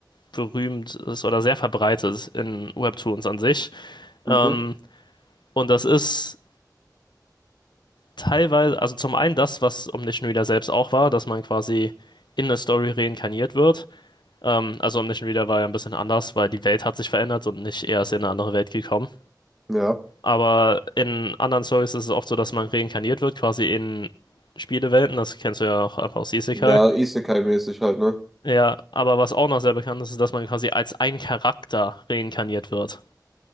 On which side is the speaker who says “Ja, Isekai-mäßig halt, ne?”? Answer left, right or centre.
Centre